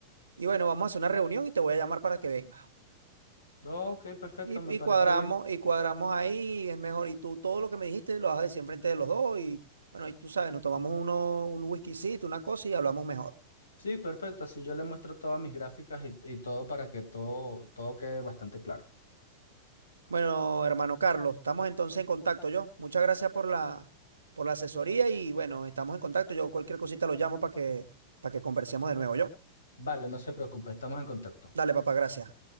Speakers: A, on the right; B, on the left.
A: y bueno, vamos a hacer una reunión y te voy a llamar para que vengas.
B: no, ok, perfecto,
A: Y,
B: me parece
A: y cuadramos,
B: bien.
A: y cuadramos ahí, es mejor. Y tú todo lo que me dijiste lo vas a decir enfrente de los dos. Y bueno, y tú sabes, nos tomamos uno, un whiskycito, una cosa y hablamos mejor.
B: Sí, perfecto. Así yo le muestro todas mis gráficas y, y todo para que todo, todo quede bastante claro.
A: Bueno, hermano Carlos, estamos entonces en contacto yo. Muchas gracias por la, por la asesoría y bueno, estamos en contacto. Yo cualquier cosita lo llamo para que, para que conversemos de nuevo yo.
B: Vale, no se preocupe, estamos en contacto.
A: Dale, papá, gracias.